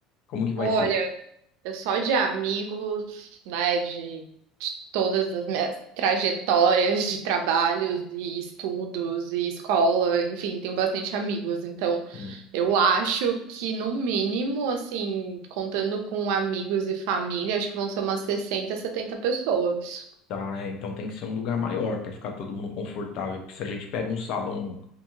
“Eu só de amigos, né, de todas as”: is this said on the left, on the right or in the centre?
Right